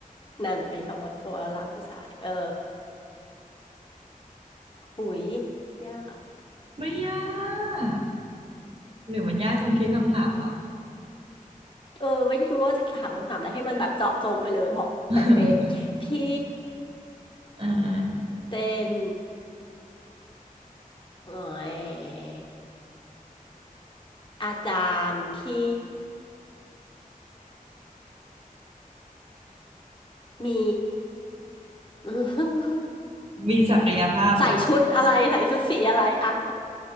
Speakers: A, on the left; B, on the right.
A: นั่นมีคำว่าตัวร่างผู้ชายเออหุยยากอ่ะ
B: ไม่ยากหรือมันยากตรงคิดคำถามเหรอ
A: เออไม่ได้คิดว่าจะถามคำถามอะไรให้มันแบบเจาะจงไปเลยบอกเป๊ะๆพี่
B: <laughs> อ่า <laughs>
A: เป็นเอ่อยอาจารย์ที่มี <laughs>
B: มีศักยภาพเหรอ
A: ใส่ชุดอะไรใส่ชุดสีอะไรอะ <laughs>